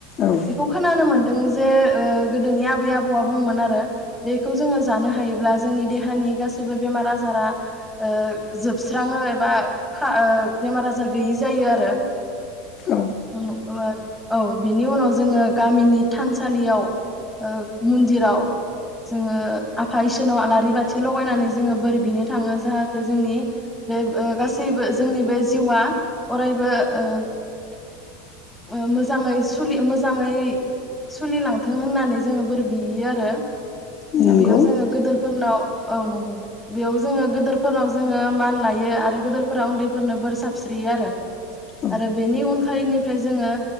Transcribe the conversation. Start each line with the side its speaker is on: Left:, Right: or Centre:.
Left: औ
Centre: बेखौ खोनानो मोन दों जे ओ गोदोनि आबै आबौआ बुंमोन आरो बेखौ जोङो जानो हायोब्ला जोंनि देहानि गासैबो बेमार आजारा ओ जोबस्राङो एबा खा ओ बेमार आजार गैयि जायो आरो
Left: औ
Centre: <unintelligible> औ बिनि उनाव जोङो गामिनि थानसालियाव ओ मन्दिराव जोङो आफा इसोनाव आलारि बाथि लगायनानै जोङो बोर बिनो थाङो जाहाथे जोंनि बे ओ गासैबो जोंनि बे जिउआ अरायबो ओ मो मोजाङै सु सोलि मोजाङै सोलिलांथों होननानै जोङो बोर बियो आरो आरो
Left: नंगौ
Centre: बेयाव जोङो गोदोरफोरनाव औ नंगौ बेयाव जोङो गोदोरफोरनाव जोङो मान लायो आरो गोदोरफोरा उन्दैफोरनो बोर सारस्रियो आरो
Left: औ
Centre: आरो बेनि उनखालिनि निफ्राय जोङो